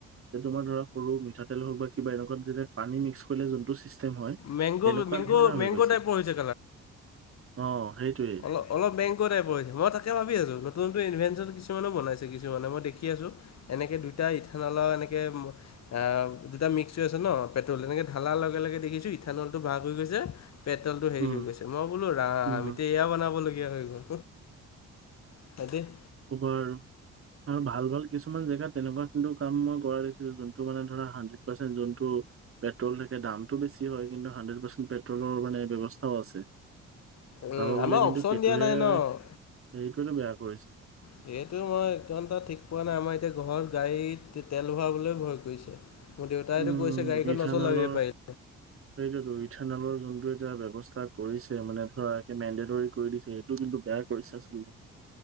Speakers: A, on the right; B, on the left.
A: যে তোমাৰ ধৰা সৰু মিঠাতেল হওক বা কিবা এনেকুৱা যে পানী মিক্স কৰিলে জোনটো- টোৱে হয়,
B: মেংগ'
A: তেনেকুৱা
B: মেংগ'
A: ধৰণে হৈ
B: মেংগ'
A: গৈছিল,
B: টাইপৰ হৈছে
A: অঁ সেইটোৱে-
B: অ অলপ বেংকৰ টাইপৰ মই তাকে ভাবি আছো নতুনত ইনভেনচন কিছুমানে বনাইছে কিছুমানে মই দেখি আছো। এনেকে দুটা ইথানলাও এনেকে- আহ দুটা মিক্স হৈ আছে ন পেট্ৰল এনেকে ঢালাৰ লগে লগে দেখিছো ইথানলটো ভাগ হৈ গৈছে পেট্ৰলটো হেৰি
A: উম
B: হৈ গৈছে মই বোলো ৰাম-
A: উম
B: সেয়া বনাব লগগীয়া হৈ গ'ল, তাকে-
A: খবৰ আৰু, আৰু ভাল ভাল কিছুমান জেগাত তেনেকুৱা কিন্তু কাম মই কৰা দেখিছিলো যোনটো মানে ধৰা হানড্ৰেড পাৰ্চেণ্ট যোনটো- পেট্ৰল থাকে দামটো বেছি হয় কিন্তু হাণ্ড্ৰেড পাৰ্চেণ্ট পেট্ৰলৰ মানে ব্যৱস্থাও আছে। চাব
B: উম,
A: গলে
B: আমাৰ
A: কিন্তু
B: অপচন
A: সেইটোহে
B: দিয়া নাই
A: হেৰিটোৱেহে
B: ন
A: বেয়া কৰিছে।
B: সেইটো মই ইমানটা ঠিক পোৱা নাই আমাৰ এতিয়া ঘৰত গাড়ীত তেল ভৰাবলৈ ভয় কৰিছে। মোৰ দেউতাইতো
A: উম
B: কৈছে গাড়ীখন
A: ইথানলৰ
B: নচলাবিয়ে পাৰিলে।
A: সেইটোতো ইথানলৰ যোনটো এতিয়া ব্যৱস্থা কৰিছে মানে ধৰা একে মেণ্ডেটৰী কৰি দিছে সেইটো কিন্তু বেয়া। কৰিছে আচলতে।